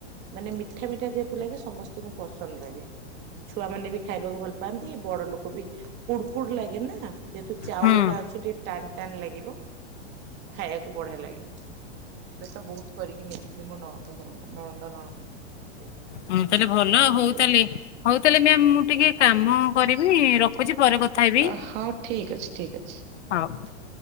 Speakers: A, on the right (about 30°); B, on the left (about 80°).
A: ମାନେ ମିଠା ମିଠା ଯେହେତୁ ଲାଗେ ସମସ୍ତଙ୍କୁ ପସନ୍ଦ ଲାଗେ। ଛୁଆମାନେ ବି ଖାଇବାକୁ ଭଲ ପାଆନ୍ତି ବଡ ଲୋକ ବି କୁଡକୁଡ ଲାଗେ ନା ଯେହେତୁ ଚାଉଳ
B: ହୁଁ
A: ଟା ଅଛି ଟିକେ ଟାନ ଟାନ ଲାଗିବ ଖାଇବାକୁ ବଢିଆ ଲାଗେ। ମୁଁ ଏବେ ତ ବହୁତ କରିକି ନେଇଥିଲି। ମୋ ନଣନ୍ଦ ଘରକୁ ନଣନ୍ଦ ନ ନଣନ୍ଦେଇଙ୍କ ପାଇଁ
B: ହଁ ତାହେଲେ ଭଲ
A: ନେଇକି
B: ହଉ
A: ଯାଇଥିଲି।
B: ତାହେଲେ ହଉ ତାହେଲେ ମ୍ୟା ମୁଁ ଟିକେ କାମ କରିବି ରଖୁଛି ପରେ କଥା ହେବି
A: ଅ ହଁ ଠିକ ଅଛି ଠିକ ଅଛି।
B: ହଉ।